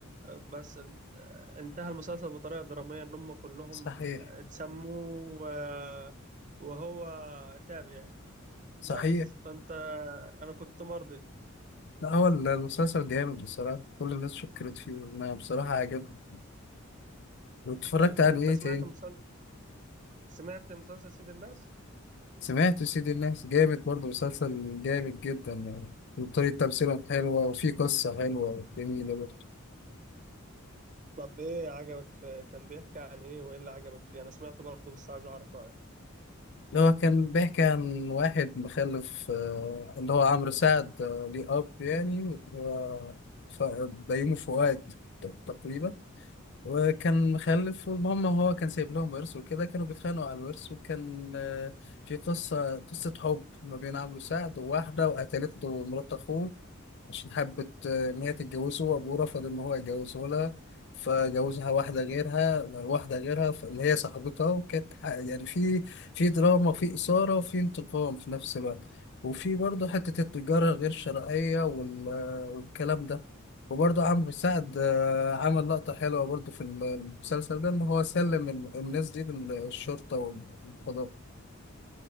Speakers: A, on the right; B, on the left.
A: بس ان- آه، انتهى المسلسل بطريقة درامية ان هم كلهم
B: صحيح
A: آه، اتسموا و- وهو تاب يعني بس
B: صحيح
A: فانت انا كنت مرضي
B: لا هو المسلسل جامد بصراحة كل الناس شكرت فيه انا بصراحة عجبني واتفرجت
A: طيب
B: على
A: انت
B: ايه
A: سمعت
B: تاني
A: مسل... سمعت مسلسل سيد الناس
B: سمعت سيد الناس جامد برضه مسلسل جامد جدا يعني وطريقة تمثيلهم حلوة وفي قصة حلوة جميلة برضه
A: طب ايه عجبك في... كان بيحكي عن ايه وايه اللي عجبك فيه انا سمعته برضه بس عايز اعرف رايك
B: اللي هو كان بيحكي عن واحد مخلف آه، اللي هو عمرو سعد آه، ليه أب يعني و- ف- بيومي فؤاد ت- تقريبا وكان مخلف والمهم هو كان سايب لهم ورث وكده كانوا بيتخانقوا على الورث وكان آه، في قصة قصة حب ما بين عمرو سعد وواحدة وقتلته مرات أخوه عشان حبت آه، إن هي تتجوزه وأبوه رفض إن هو يجوزه لها فجوزها واحدة غيرها واحدة غيرها ف- اللي هي صاحبتها وكانت ح- يعني في في دراما في إثارة في انتقام في نفس الوقت وفي برضه حتة التجارة غير الشرعية وال- آه، والكلام ده وبرضه عمرو سعد آه، عمل لقطة حلوة برضه في المسلسل ده إن هو سلم ال- الناس دي للشرطة والقضاء